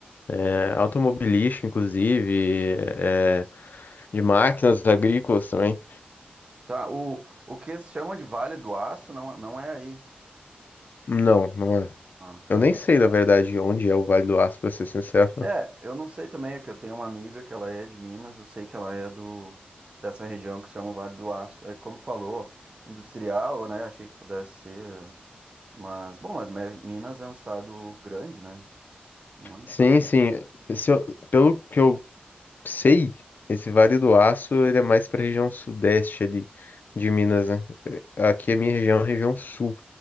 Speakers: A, on the left; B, on the right.
A: eh, automobilística, inclusive, eh, de máquinas agrícolas também.
B: Tá, o, o que se chamam de Vale do Aço não, não é aí.
A: Não, não é.
B: Ah, tá.
A: Eu nem sei, na verdade, onde é o Vale do Aço, pra ser sincero.
B: É, eu não sei também, é que eu tenho uma amiga que ela é de Minas, eu sei que ela é do dessa região que se chama Vale do Aço. É como tu falou, industrial, né? Achei que pudesse ser, mas bom, mas Me- Minas é um estado grande, né? Não é um estado.
A: Sim, sim. Se eu- pelo que eu sei, esse Vale do Aço, ele é mais para a região sudeste ali de Minas, né? Aqui a minha região é a região sul,